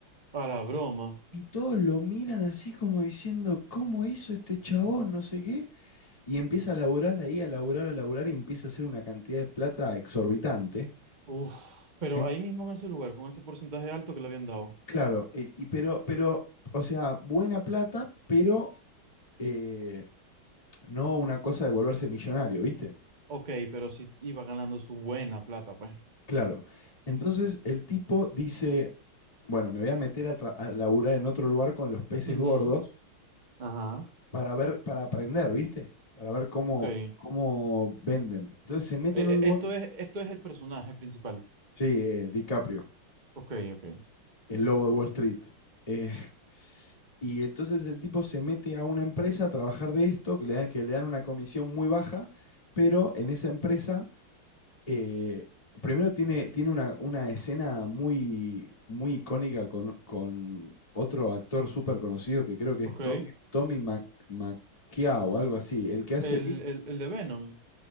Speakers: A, on the right; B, on the left.
A: A la broma.
B: Y todos lo miran así como diciendo, ¿cómo hizo este chabón? No sé qué. Y empieza a laburar ahí, a laburar, a laburar y empieza a hacer una cantidad de plata exorbitante.
A: Uf, pero
B: En-
A: ahí mismo en ese lugar, con ese porcentaje alto que le habían dado.
B: claro, e- y, pero, pero, o sea, buena plata, pero eh, no una cosa de volverse millonario, ¿viste?
A: Ok, pero sí iba ganando su buena plata, pues.
B: Claro. Entonces el tipo dice, bueno, me voy a meter a, tra- a laburar en otro lugar con los peces
A: Ujú,
B: gordos
A: Ajá,
B: para ver, para aprender, ¿viste? Para ver cómo,
A: ok. E-
B: cómo venden. Entonces se mete en
A: e-
B: un lugar.
A: esto es, esto es el personaje principal.
B: Sí, eh, DiCaprio,
A: Ok, ok.
B: el lobo de Wall Street. Eh, <laughs> y entonces el tipo se mete a una empresa a trabajar de esto, que le, dan- que le dan una comisión muy baja, pero en esa empresa Eh, primero tiene, tiene una, una escena muy, muy icónica con, con otro actor súper conocido que creo que
A: Ok.
B: es Tommy, Tommy Mac, Macchia o algo así. El que hace,
A: El,
B: ¿viste?
A: el, el de Venom.